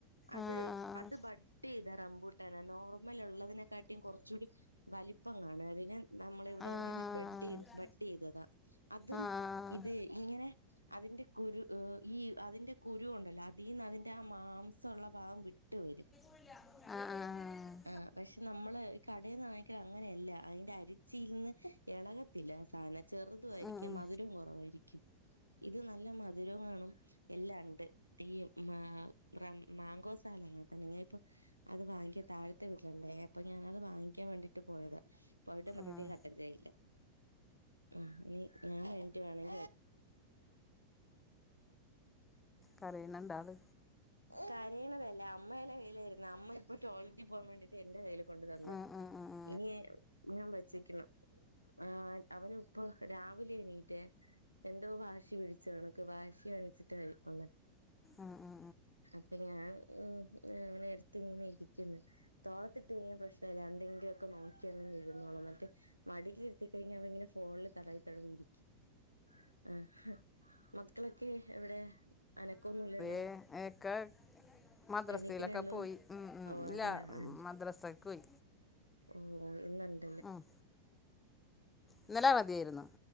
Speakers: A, on the right; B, on the left.
A: അത്
B: ആഹ്
A: അത് ബട്ടിചെയ്താ റമ്പൂ നോർമൽ ഉള്ളതിനെക്കാട്ടിയും കൊറച്ച് കൂടി വലിപ്പം കാണും അതിന് നമ്മള ഇവിടെ
B: ആഹ്
A: ഉള്ള ബെഡ് ബെഡ് ചെയ്തതാ അതും
B: ആഹ്
A: ഇത് ഇങ്ങനെ അതിന്റെ കുരു ഈ അതിന്റെ കുരു ഉണ്ടല്ലോ അതിൽ നിന്ന് അതിന്റെ ആ മാംസമുള്ള ഭാഗം വിട്ട് വരും
B: ആഹ് ആഹ് ആഹ്
A: ആഹ് പക്ഷെ നമ്മള് ഈ കടയിൽന്ന് വാങ്ങിക്കുന്നത് അങ്ങനെയല്ല അതിന്റെ അരിച്ചിയിൽ നിന്ന് ഇളകത്തില്ല സാധനം ചെറുതും ആയിരിക്കും
B: ആഹ്
A: മധുരവും കുറവായിരിക്കും ഇത് നല്ല മധുരവും മാണ് എല്ലാം ഉണ്ട് ഈ മ മാങ്കോസായാലും അങ്ങനെ തെന്നെ അപ്പൊ അത് വാങ്ങിക്കാൻ താഴത്തെ വീട്ടിലുണ്ടേ അപ്പൊ ഞാനത് വാങ്ങിക്കാൻ വേണ്ടിട്ട് പോയത പോയിട്ട് വന്നപ്പോഴത്തേ
B: ആഹ്
A: കട്ടം ചെയ്യില്ല ആഹ് ഞാൻ വേണ്ടിട്ട് വേണം
B: കരയുന്നുണ്ടത്
A: കരയണതല്ല അമ്മെടെ കയ്യിലായിരുന്നു അമ്മ ഇപ്പൊ ടോയ്ലറ്റിൽ പോകാൻ വേണ്ടീട്ട് എൻ്റെ കയ്യില് കൊണ്ട് തന്ന്
B: ആഹ് ആഹ് ആഹ്
A: ഇനി ഞാൻ വച്ചേക്കണം ആഹ് അവന് ഇപ്പ രാവിലെ എണീറ്റ് എന്തോ വാശി പിടിച്ച് ച്ച് കണക്ക് വാശി കാണിച്ചിട്ട് വന്ന്
B: ആഹ് ആഹ്
A: അപ്പൊ ഞാൻ ഉം അവനെ എടുത്തിങ്ങനെ ഇരിക്കുന്നു തോളത്തിട്ട കഴിഞ്ഞ പ്രശ്നല്ല എന്തങ്കിലുക്കെ നോക്കി അങ്ങനേ ഇരുന്നോളും മറ്റേ മടിലിരുത്തിക്കഴിഞ്ഞാ അവങ്ങനെ ഫോണിൽ തടവി തടവിയിരിക്കും ആഹ് ഹ മക്കളൊക്കെ എവിടെയ അനക്കൊന്നുല്ലല്ലോ?
B: ഏ എക്കെ മദ്രസയിലൊക്കെ
A: എണീക്കണേള്ളൂ
B: പോയി ഉം ഉം
A: ഓ
B: ഇല്ല
A: അതെ ആഹ്
B: മദ്രസ പൊയി
A: ഓ ഇന്നണ്ട്
B: ഉം..... ഇന്നലെ അവതിയാരുന്ന്